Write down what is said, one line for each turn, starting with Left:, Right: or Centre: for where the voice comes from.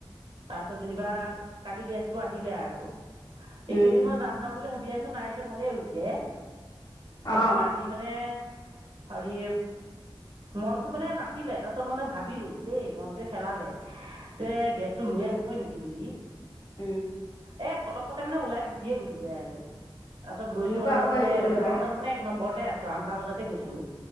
Right: তাৰছত য কিবা কালি গেছটো আহিলে আৰু এইকেইদিন
Left: উম
Right: মই যাম যাম বুলি ভাবি আছো নাইজ ভালেই হৈছে তাৰপিছত
Left: অ
Right: কালি মানে হৰি মনটো মানে নাছিলে তাৰিছত মানে ভাবিলো দেই মন টোৱে খেলালে যে গেছটো লৈ আহোগৈ নেকি বুলি।
Left: উম
Right: এ পতকক'তে মানে ওলাই গুছি চয়ে গ'লোগৈ আৰু তাৰপাছত
Left: মোৰতো
Right: চো আৰু
Left: আকৌ
Right: মানে
Left: হেৰি কৰিব লাগিব
Right: লাইনত মানে এক নম্বৰতে আছ চোৱা আনটা বজাতে গৈছো।